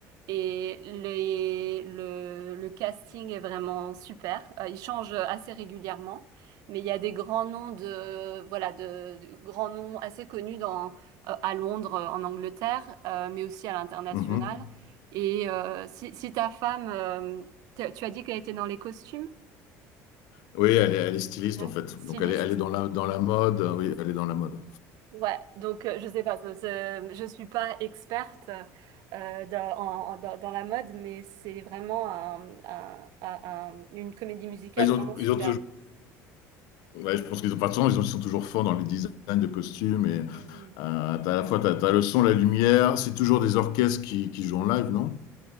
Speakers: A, on the right; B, on the left.
A: Et les- le, le casting est vraiment super. Euh, il change assez régulièrement, mais il y a des grands noms de, voilà, de, de grands noms assez connus dans, euh, à Londres, euh, en Angleterre, euh, mais aussi à l'international.
B: Mhm.
A: Et euh, si, si ta femme, euh, t- tu as dit qu'elle était dans les costumes,
B: Oui, elle est, elle est, styliste
A: design,
B: en fait.
A: styliste?
B: Donc elle est, elle est dans, la, dans la mode. Oui, elle est dans la mode.
A: Ouais, donc euh, je sais pas, ce- ce- je suis pas experte euh, dans, en- en- dans- dans la mode, mais c'est vraiment un- un- un- un- une comédie musicale
B: Ils
A: vraiment
B: ont,
A: superbe.
B: ils ont Ouais, je pense qu'ils ont, enfin, de toute façon, ils ont- ils sont toujours forts dans les designs de costumes et
A: Oui.
B: euh, t'as à la fois t'as, t'as le son, la lumière, c'est toujours des orchestres qui, qui jouent en live, non?